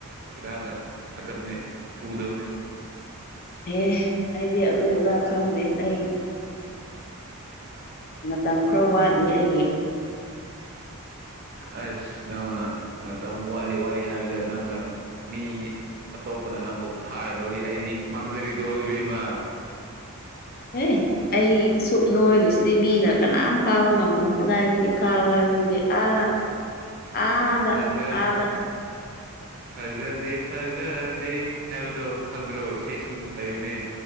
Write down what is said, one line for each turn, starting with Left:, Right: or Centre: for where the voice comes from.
Right: ꯏꯔꯥꯡꯒ ꯐꯠꯇꯕꯅꯦ ꯊꯨ ꯎꯗꯕꯅꯦ
Left: ꯑꯦꯦ ꯑꯩꯗꯤ ꯑꯗꯨ ꯑꯗꯥ ꯈꯪꯗꯦ ꯑꯩ
Right: <unintelligible>
Left: ꯃꯇꯝ ꯈꯔ ꯋꯥꯠꯂꯤ ꯑꯩꯒꯤ <inaudible>
Right: ꯑꯁ ꯅꯪꯅ ꯃꯇꯝ ꯋꯥꯠꯂꯤ ꯋꯥꯠꯂꯤ ꯍꯥꯏꯕꯗ ꯅꯪꯅ ꯃꯤ ꯑꯇꯣꯞꯄꯅ ꯅꯪꯕꯨ ꯐꯥꯔꯗ ꯂꯧꯔꯤ ꯑꯩꯗꯤ ꯃꯥꯡꯖꯔꯤꯗꯣ ꯏꯕꯦꯝꯃ
Left: <inaudible> ꯑꯦꯦ ꯑꯩ ꯁꯨꯞꯨꯞ ꯅꯣꯏꯔꯤꯁꯤꯗꯤ ꯃꯤꯅ ꯀꯅꯥꯝ ꯐꯥꯕ ꯉꯃꯣ ꯀꯗꯥꯏꯗꯒꯤ ꯐꯥꯕ ꯍꯥꯏꯕꯗꯨꯗꯤ ꯑꯥ ꯑꯥꯗ
Right: ꯊꯖꯠ
Left: ꯑꯥꯗ
Right: ꯊꯥꯖꯗꯦ ꯊꯥꯖꯗꯦ ꯍꯥꯏꯕꯗꯣ ꯈꯪꯗ꯭ꯔꯣ ꯏꯁꯩꯁꯨ ꯂꯩꯕꯅꯦ